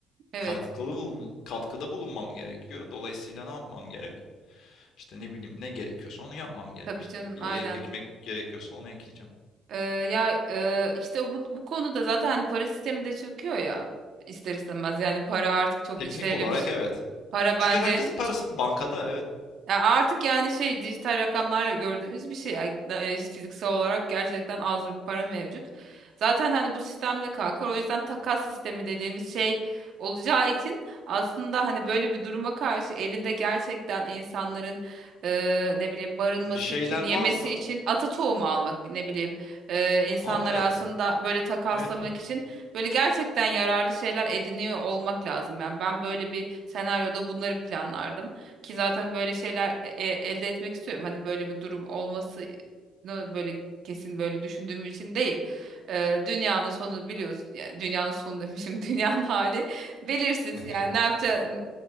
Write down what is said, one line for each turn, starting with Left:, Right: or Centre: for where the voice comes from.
Right: Evet.
Left: katkılı bulun, katkıda bulunmam gerekiyor. Dolayısıyla ne yapmam gerek? İşte ne bileyim ne gerekiyorsa onu yapmam gerek
Right: Tabii
Left: işte.
Right: canım
Left: Bir
Right: aynen.
Left: yere ekmek gerekiyorsa onu ekeceğim.
Right: Ee, ya e, işte bu, bu konuda zaten hani para sistemi de çöküyor ya ister istemez yani para artık çok
Left: Teknik
Right: işlevli
Left: olarak
Right: bir şey.
Left: evet.
Right: Para bence
Left: Çünkü herkesin parası bankada evet.
Right: Ya artık yani şey dijital rakamlarla gördüğümüz bir şey. Yani, e, işte fiziksel olarak gerçekten az bir para mevcut. Zaten hani bu sistemde kalkar. O yüzden takas sistemi dediğimiz şey olacağı için aslında hani böyle bir duruma karşı elinde gerçekten insanların e, ne bileyim barınması
Left: bir şeyler
Right: için, yemesi
Left: varsa
Right: için ata tohumu almak ne bileyim e, insanları
Left: Aa evet.
Right: aslında böyle takaslamak
Left: Evet evet.
Right: için böyle gerçekten yararlı şeyler ediniyor olmak lazım. Yani ben böyle bir senaryoda bunları planlardım. Ki zaten böyle şeyler e- e- elde etmek istiyorum. Hani böyle bir durum olmasını böyle kesin böyle düşündüğüm için değil. Ee, dünyanın sonu biliyoruz. Yani dünyanın sonu demişim. <laughs> Dünyanın hali belirsiz.
Left: <laughs>
Right: Yani ne yapacağı, n-